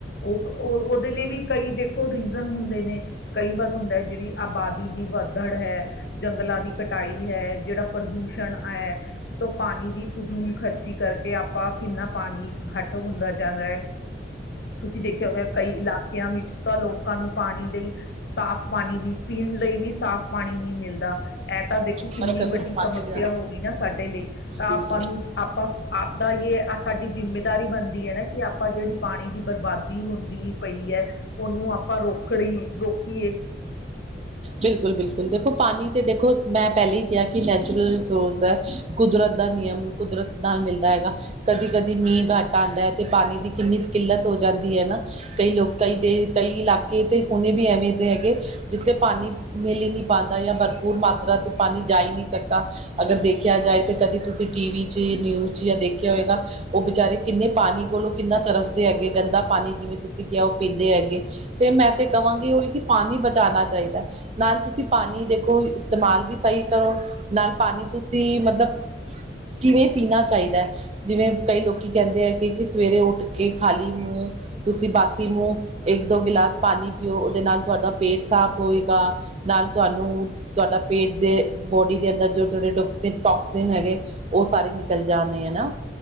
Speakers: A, on the left (about 65°); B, on the right (about 35°).
A: ਉ ਕ ਉ ਉ ਦੇ ਲੀ ਵੀ ਕਈ ਦੇਖੋ ਰੀਜ਼ਨ ਹੁੰਦੇ ਨੇ ਕਈ ਵਰ ਹੁੰਦੈ ਜਿੜੀ ਆਬਾਦੀ ਦੀ ਵੱਧੜ ਹੈ, ਜੰਗਲਾ ਦੀ ਕਟਾਈ ਹੈ ਜੇੜਾ ਪ੍ਰਦੂਸ਼ਣ ਅਐ ਤੋ ਪਾਣੀ ਦੀ ਫਜੂਲ ਖਰ ਚੀ ਕਰਕੇ ਆਪਾ ਕਿੰਨਾ ਪਾਣੀ ਖੱਟ ਹੁੰਦਾ ਜਾਦੈ। ਤੁਸੀ ਦੇਖਿਆ ਹੋਯੈ ਕਈ ਇਲਾਕਆਂ ਵਿੱਚ ਤਾ ਲੋਕਾਂ ਨੂੰ ਪਾਣੀ ਲਈ ਸਾਫ਼ ਪਾਣੀ ਵੀ, ਪੀਣ ਲਈ ਵੀ ਸਾਫ਼ ਪਾਣੀ ਨੀਂ ਮਿਲਦਾ। ਐ ਤਾ ਦੇਖੋ ਕਿੰਨੀ
B: ਬੰਦ ਕਰਦੇ
A: ਵੱਡੀ
B: ਟਮਾਟਰ
A: ਸਮੱਸਿਆ ਹੋ ਗਈ ਨਾ ਸਾਡੇ ਲਈ, ਤਾ
B: ਵੀ
A: ਆਪਾਂ ਨੂੰ ਆਪਾਂ ਆਪਦਾ ਯੇ ਆ ਸਾਡੀ ਜ਼ਿੰਮੇਦਾਰੀ ਬਣਦੀ ਐ ਨਾ ਕਿ ਆਪਾ ਜੇੜੀ ਪਾਣੀ ਦੀ ਬਰਬਾਦੀ ਹੁੰਦੀ ੲ ਪਈ ਐ ਓਨੂੰ ਆਪਾਂ ਰੋਕੜੀ, ਰੋਕੀਯੇ।
B: ਬਿਲਕੁਲ- ਬਿਲਕੁਲ। ਦੇਖੋ ਪਾਣੀ ਤੇ ਦੇਖੋ ਮੈਂ ਪੈਲੇਈ ਕਯੈ ਕਿ ਨੈਚੁਰਲ ਰਿਸੋਸ ਐ। ਕੁਦਰਤ ਦਾ ਨਿਯਮ, ਕੁਦਰਤ ਨਾਲ ਮਿਲਦਾ ਐਗਾ। ਕਦੀ- ਕਦੀ ਮੀਂ ਘੱਟ ਆਂਦੈ ਤੇ ਪਾਣੀ ਦੀ ਕਿੰਨੀ ਕਿੱਲਤ ਹੋ ਜਾਂਦੀ ਐ ਨਾ। ਕਈ ਲੋ ਕਈ ਦੇ ਕਈ ਇਲਾਕੇ ਤੇ ਹੁਣੇ ਵੀ ਐਵੇਂ ਦੇ ਐਗੇ ਜਿੱਤੇ ਪਾਣੀ ਮਿਲ ਈ ਨੀਂ ਪਾਂਦਾ ਯਾਂ ਬਰਪੂਰ ਮਾਤਰਾ ਚ ਪਾਣੀ ਜਾ ਈ ਨੀਂ ਸਕਦਾ। ਅਗਰ ਦੇਖਿਆ ਜਾਏ ਤੇ ਕਦੀ ਤੁਸੀ ਟੀ ਵੀ ਚ ਨਿਊਜ਼ ਚ ਜਾ ਦੇਖਿਆ ਓਏਗਾ ਓ ਵਿਚਾਰੇ ਕਿੰਨੇ ਪਾਣੀ ਕੋਲੋ ਕਿੰਨਾ ਤਰਸਦੇ ਹੈਗੇ। ਗੰਦਾ ਪਾਣੀ ਜਿਵੇਂ ਤੁਸੀ ਕਿਆ ਓ ਪੀਂਦੇ ਐਗੇ ਤੇ ਮੈਂ ਤੇ ਕਵਾਂਗੀ ਉਈ ਕਿ ਪਾਣੀ ਬਚਾਣਾ ਚਾਈਦੈ। ਨਾਲ ਤੁਸੀ ਪਾਣੀ ਦੇਖੋ ਇਸਤਮਾਲ ਵੀ ਸਈ ਕਰੋ ਨਾਲ ਪਾਣੀ ਤੁਸੀ ਮਤਲਬ ਕਿਵੇਂ ਪੀਣਾ ਚਾਈਦੈ? ਜਿਵੇਂ ਕਈ ਲੋਕੀ ਕੈਂਦੇ ਐ ਕਿ, ਕਿ ਸਵੇਰੇ ਉੱਠ ਕੇ ਖਾਲੀ ਮੂੰ, ਤੁਸੀ ਬਾਸੀ ਮੂੰ ਏਕ- ਦੋ ਗਿਲਾਸ ਪਾਣੀ ਪੀਓ ਉਦੇ ਨਾਲ ਤੁਆਡਾ ਪੇਟ ਸਾਫ਼ ਗਾ ਨਾਲ ਤੁਆਨੂੰ ਤੁਆਡਾ ਪੇਟ ਦੇ, ਬੌਡੀ ਦੇ ਅੰਦਰ ਜੋ ਜੇੜੇ ਟੁਕਸ ਟੌਕਸਿਨ ਹੈਗੇ ਉ ਸਾਰੇ ਨਿਕਲ ਜਾਣੇ ਆ ਨਾ।